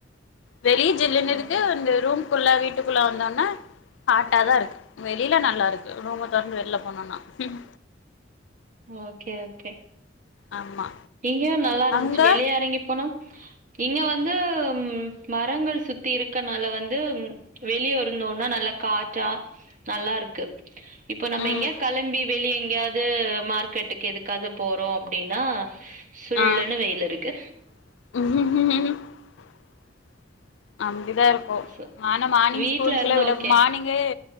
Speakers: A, on the left (about 80°); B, on the right (about 45°).
A: வெளிய ஜில்லுன்னு இருக்கு
B: ஓகே
A: அந்த ரூம் க்குள்ள வீட்டுக்குள்ள வந்தோன்ன ஹாட்டாதா இருக்கு வெளியில நல்லா இருக்கு ரொம்ப தொடர்ந்து வெளில போனோன்னா ம்
B: ஓகே ஓகே
A: ஆமா
B: இங்க நல்லா இருந்துச்சு
A: அங்க
B: வெளிய எறங்கி போனா இங்க வந்து மரங்கள் சுத்தி இருக்கனால வந்து வெளிய இருந்தோன்னா நல்லா காற்றா நல்லா இருக்கு இப்போ நம்ம
A: ம்
B: எங்கயா கெளம்பி வெளிய எங்கயாவது மார்க்கெட்டுக்கு எதுக்காவது போறோ அப்டின்னா சுல்லுன்னு
A: ஆ
B: வெயில் இருக்கு
A: <inaudible> அப்டிதா இருக்கு
B: சோ
A: ஆனா மார்னிங்
B: வீட்ல
A: ஸ்கூலுக்கெல்லா
B: இருந்தா
A: விட
B: ஓகே
A: மானிங்கே